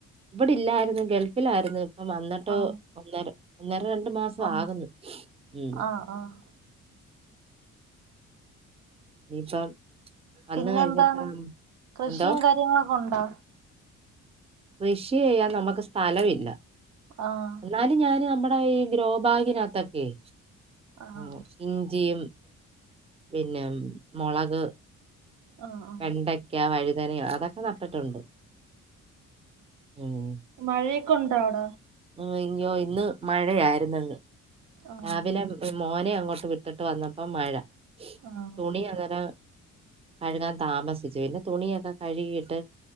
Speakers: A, on the right (about 20°); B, on the right (about 75°).
A: ഇവിടെല്ലായിരുന്നു ഗൾഫിലായിരുന്നു ഇപ്പം വന്നിട്ട്
B: ആഹ്
A: ഒന്നര ഒന്നര രണ്ട് ണ്ട് മാസം
B: ആഹ്
A: ആകുന്നു ഉം
B: ആഹ് ആഹ്
A: ഇനിയിപ്പം വന്ന്
B: പിന്നെ
A: കഴിഞ്ഞപ്പം
B: എന്താണ് കൃഷിയും
A: എന്തോ
B: കാര്യങ്ങളൊക്കെ ഉണ്ടോ
A: കൃഷി ചെയ്യാൻ നമുക്ക് സ്ഥലംല്ല
B: ആഹ്
A: എന്നല് ഞാന് നമ്മുടെ ഈ ഗ്രോബാഗിനകത്തൊക്കെയെ
B: ആഹ്
A: <inaudible> ഇഞ്ചിയും പിന്നെ മുളക്
B: ആഹ് ആഹ്
A: വെണ്ടയ്ക്ക വഴുതനയ അതൊക്കെ നട്ടിട്ടുണ്ട് ഉം.
B: മഴയൊക്കെ ഉണ്ടാവട
A: <unintelligible> ഇന്ന് മഴയായിരുന്നങ്
B: ആഹ്
A: രാവിലെ മോനെ അങ്ങോട്ട് വിട്ടിട്ട് വന്നപ്പോ മഴ
B: ആഹ്
A: തുണി അന്നേരം കഴുകാൻ താമസിച്ചു പിന്നെ തുണിയൊക്കെ കഴുകിയിട്ട്